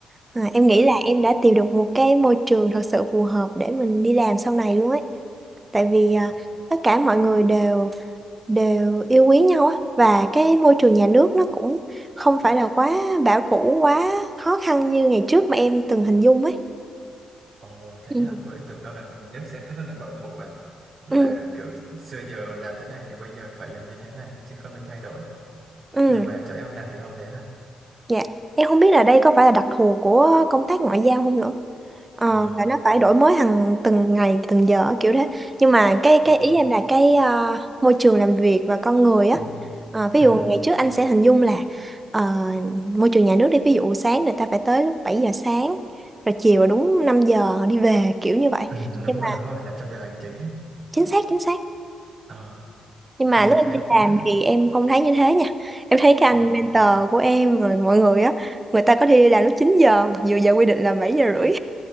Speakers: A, on the right; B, on the right.
A: À, em nghĩ
B: và
A: là em đã tìm được một cái môi trường thật sự phù hợp để mình đi làm sau này luôn ấy. Tại vì à,
B: ồ
A: tất cả mọi người đều đều yêu quý nhau á và cái môi trường nhà nước nó cũng không phải là quá bảo thủ quá khó khăn như ngày trước mà em từng hình dung ấy.
B: ồ thế
A: Ừ.
B: hả ôi anh tưởng đâu là nhà nước sẽ rất là bảo thủ và là
A: Ừ.
B: kiểu xưa giờ làm thế này thì bây giờ phải làm như thế này chứ không được thay đổi
A: Ừ,
B: nhưng mà chỗ em làm thì không thế hả
A: dạ. Em không biết là đây có phải là đặc thù của công tác ngoại giao không nữa. Ờ,
B: ờ
A: và nó phải đổi mới hàng từng ngày từng giờ á, kiểu thế nhưng mà cái
B: ờ
A: cái ý em là cái ờ, môi trường làm việc và con người á
B: ừ,
A: Ờ, ví
B: ừ,
A: dụ ngày trước anh sẽ hình dung là ờ, môi trường nhà nước đi ví dụ sáng người ta phải tới lúc 7 giờ sáng rồi chiều là đúng 5 giờ họ đi về kiểu như vậy
B: ừ, đúng
A: nhưng
B: rồi
A: mà
B: đúng rồi làm trong giờ hành chính ấy.
A: chính xác chính xác
B: ờ
A: nhưng mà
B: nhưng mà
A: lúc
B: chỗ
A: em
B: em
A: đi
B: thì
A: làm
B: khác rồi
A: thì em không thấy như thế nha em thấy cái
B: Ờ
A: anh mentor của em rồi mọi người á người ta có đi là lúc 9 giờ mặc dù giờ quy định là bảy giờ rưỡi